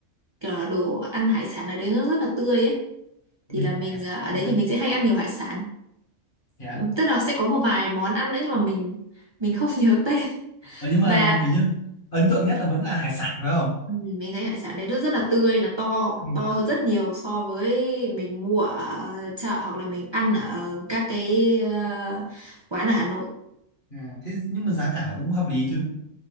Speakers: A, on the right; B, on the left.
A: kiểu là đồ ăn hải sản ở đấy nó rất là tươi ấy thì
B: ui
A: là mình
B: hải sản
A: à, ở
B: nữa
A: đấy thì mình sẽ hay ăn nhiều hải sản
B: thế á?
A: tức là sẽ có một vài món ăn nữa nhưng mà mình mình không <laughs> nhớ tên
B: ờ, nhưng mà
A: và
B: kiểu như ấn tượng nhất là vẫn là hải sản phải không
A: ừ, mình thấy hải sản đấy nó rất là tươi là to
B: ừ.
A: to hơn rất nhiều so với mình mua ở chợ hoặc là mình ăn ở các cái ờ, quán ở Hà Nội
B: à, thế nhưng mà giá cả cũng hợp lý chứ